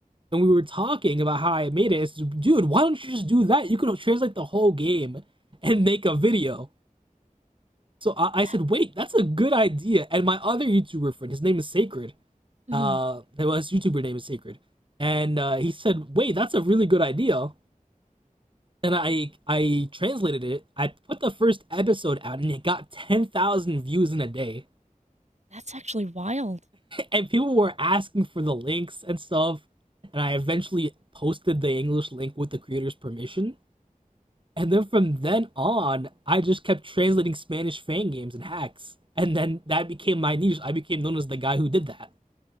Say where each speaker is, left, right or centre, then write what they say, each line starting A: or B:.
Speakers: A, on the right; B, on the right.
A: and we were talking about how I made it. I said, Dude, why don't you just do that? You could translate the whole game and make a video. So I, I
B: That,
A: said, Wait, that's a good idea. And my other YouTuber friend, his name is Sacred.
B: hmm
A: Uh, well, his YouTuber name is Sacred, and uh, he said, Wait, that's a really good idea. And I I translated it. I put the first episode out, and it got ten thousand views in a day
B: That's actually wild.
A: and people were asking for the links and stuff. And I eventually posted the English link with the creator's permission. And then from then on, I just kept translating Spanish fan games and hacks. And then that became my niche. I became known as the guy who did that.